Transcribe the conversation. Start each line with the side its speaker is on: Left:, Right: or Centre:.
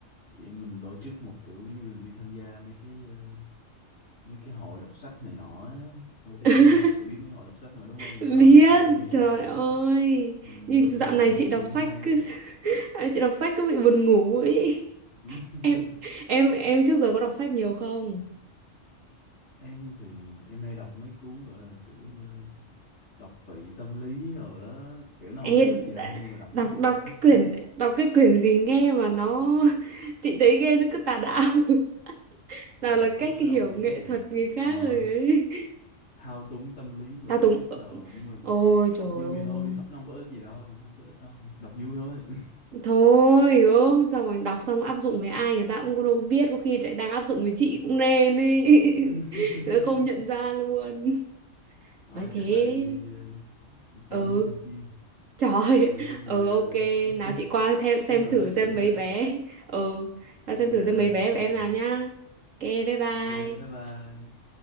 Left: chị em mình tổ chức một kiểu giống như là đi tham gia mấy cái ờ, mấy cái hội đọc sách này nọ á. xong cái
Right: <laughs>
Left: vô đó chị biết mấy hội đọc sách mà đúng không
Right: biết
Left: vô đó là ai cũng im
Right: trời
Left: bặt ngồi
Right: ơi
Left: đọc sách Ừm,
Right: nhưng dạo
Left: cũng
Right: này
Left: nói
Right: chị
Left: chung
Right: đọc
Left: cũng
Right: sách
Left: hay
Right: cứ <laughs> chị đọc sách cứ bị buồn ngủ ấy
Left: <laughs>
Right: <laughs> em em em trước giờ có đọc sách nhiều không
Left: em thì em hay đọc mấy cuốn gọi là kiểu ờ, đọc vị tâm lý rồi đó kiểu nó
Right: Ê,
Left: không giúp ích gì đâu
Right: đã-
Left: nhưng mà đọc
Right: đọc
Left: nó vui
Right: đọc cái quyển
Left: <laughs>
Right: đọc cái quyển gì nghe mà nó <laughs> chị thấy nghe nó cứ tà đạo <laughs>
Left: vì
Right: nào là
Left: hồi trước
Right: cách
Left: có
Right: hiểu
Left: đọc cuốn
Right: nghệ
Left: gì
Right: thuật
Left: mà
Right: người khác
Left: ờ,
Right: rồi ấy
Left: thao túng tâm lý người
Right: thao túng
Left: khác rồi nhưng mà
Right: ôi trời
Left: đọc vui
Right: ơi
Left: vậy thôi nó không có ích gì đâu nó không có ích đâu đọc vui thôi
Right: thôi gớm xong rồi đọc xong áp dụng với ai người ta cũng đâu có biết có khi lại đang áp dụng với chị cũng nên ấy
Left: <laughs>
Right: <laughs> nó không nhận ra luôn
Left: Thôi
Right: nói thế
Left: chắc là em đi ờ, đi chăm
Right: ừ
Left: mấy con chim
Right: Trời ơi,
Left: Ờ, có gì
Right: ừ
Left: ờ,
Right: ok,
Left: <laughs>
Right: nào chị qua theo
Left: xíu
Right: xem
Left: nữa
Right: thử
Left: nói chuyện
Right: xem
Left: ha
Right: mấy bé.
Left: Ờ,
Right: Ừ,
Left: ok
Right: qua xem thử xem mấy bé
Left: ok
Right: của em nào nhá. Ok, bye bye.
Left: ok bye bye